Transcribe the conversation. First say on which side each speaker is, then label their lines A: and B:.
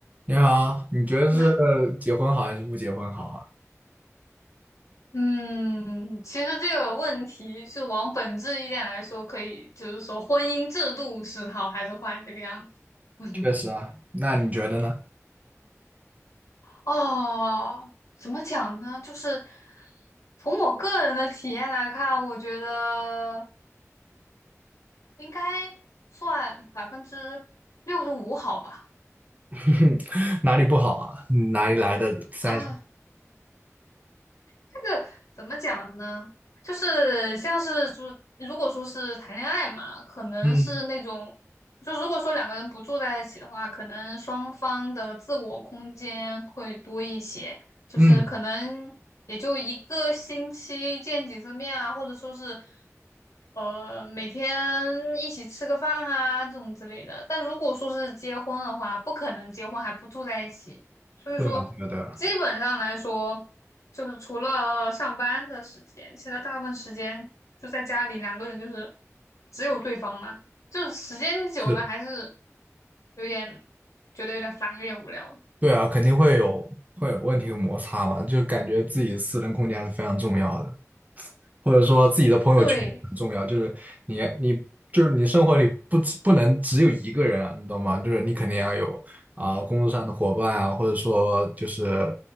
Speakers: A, on the right; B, on the left.
A: 你好，你觉得是结婚好还是不结婚好啊？
B: <laughs> 呀，嗯，其实这个问题是往本质一点来说，可以就是说婚姻制度是好还是坏这个样子。<laughs>
A: 确实啊，那你觉得呢？
B: 哦，怎么讲呢？就是从我个人的体验来看，我觉得应该算百分之六十五好吧。
A: <laughs> 哪里不好啊？嗯哪里来的三十？
B: 啊、这个怎么讲呢？就是像是就如果说是谈恋爱嘛，可能是那种，
A: 嗯
B: 就如果说两个人不住在一起的话，可能双方的自我空间会多一些，就是可能也就一个星期见几次面啊，
A: 嗯，
B: 或者说是呃每天一起吃个饭啊这种之类的。但如果说是结婚的话，不可能结婚还不住在一起。所以说，
A: 对啊，对啊，对啊，
B: 基本上来说，就是除了上班的时间，其他大部分时间就在家里，两个人就是只有对方嘛，就是时间久了还是
A: 是的
B: 有点觉得有点烦，有点无聊。
A: 对啊，肯定会有会有问题有摩擦嘛，就感觉自己私人空间还是非常重要的。或者说自己的朋友圈很重要，
B: 对，
A: 就是你你就是你生活里不只不能只有一个人啊，你懂吗？就是你肯定要有啊、工作上的伙伴啊，或者说就是